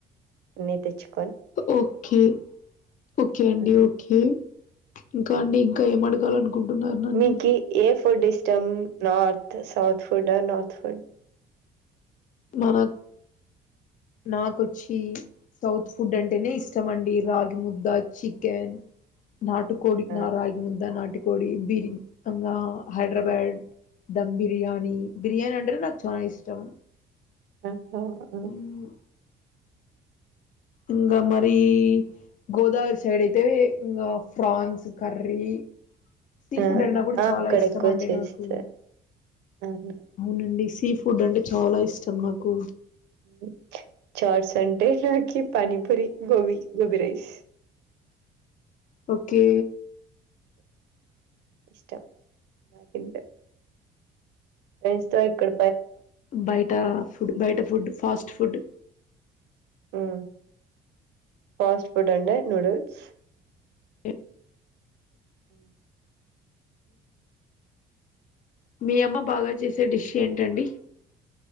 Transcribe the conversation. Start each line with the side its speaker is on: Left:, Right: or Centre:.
Right: నే తెచ్చుకో
Left: ఓకే ఓకే అండి
Right: హ్మ్.
Left: ఓకే ఇంకా అండి ఇంకా ఏం అడగాల అనుకుంటున్నారు నన్నీ
Right: మీకి ఏ ఫుడ్ ఇస్టమ్ నార్త్ సౌత్ ఫుడ్ ఆ నార్త్ ఫుడ్ ఆ
Left: మనక్ నాకొచ్చి సౌత్ ఫుడ్ అంటేనే ఇష్టం అండి రాగి ముద్ద చికెన్ నాటుకోడి
Right: ఆ
Left: నా రాగి ముద్ద నాటికోడి బీరింగ్ ఇంగ
Right: ఆ
Left: హైదరాబాద్ దమ్ బిర్యానీ బిర్యానీ అంటే నాకు చాల ఇష్టం
Right: ఆహో ఆ
Left: హ్మ్. ఇంగా మరి గోదావరి సైడ్ అయితే ఇంగ ఫ్రాన్స్ కర్రీ సీ
Right: ఆ
Left: ఫుడ్ అన్నా కూడా
Right: ఆ
Left: చాలా
Right: అక్కడ
Left: ఇష్టం
Right: ఎక్కువ
Left: అండి
Right: చేస్తారు
Left: నాకు
Right: అవును
Left: అవునండి సీ ఫుడ్ ఫుడ్ అంటే చాలా ఇష్టం నాకు
Right: ఒకే చట్స్ అంటే నాకి పానిపూరి గోభీ గోభీ రైస్
Left: ఓకే
Right: ఇష్టం తింటా ఫ్రెండ్స్తో ఇక్కడ
Left: బయట ఫుడ్ బయట ఫుడ్ ఫాస్ట్ ఫుడ్
Right: ఆ ఫాస్ట్ ఫుడ్ అంటే నూడిల్స్
Left: ఓకే.
Right: అ
Left: మీ అమ్మ బాగా చేసే డిష్ ఏంటండి